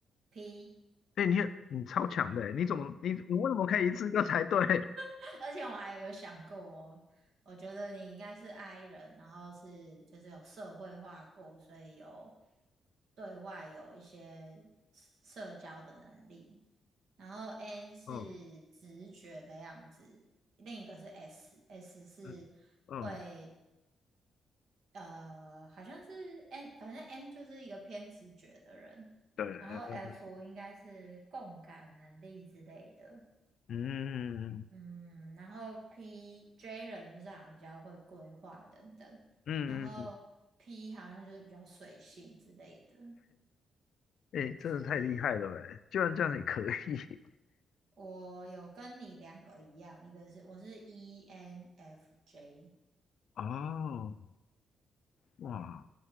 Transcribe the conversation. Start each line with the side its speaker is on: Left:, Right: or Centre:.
Right: P。
Left: 哎、你很你超强的，你怎么你你为什么可以一次就猜对？
Right: <laughs> 而且我还有想过哦，我觉得你应该是 I 人，然后是就是有社会化过，所以有对外有一些社交的能力。然后 N 是直觉的样子，
Left: 嗯
Right: 另一个是 S，S 是会
Left: 嗯嗯，
Right: 呃，好像是 N，反正 N 就是一个偏直觉的人。
Left: 对，嗯
Right: 然后 F 应该是共感能力之类的。
Left: 嗯
Right: 嗯，然后 PJ 人就是好像比较会规划等等，
Left: 嗯嗯，
Right: 然后 P 好像就是比较随性之类的，
Left: 哎、真的太厉害了哎，
Right: 所以
Left: 居然这样也可以
Right: 我有跟你两个一样，一个是我是 ENFJ，
Left: <laughs> 哦，哇，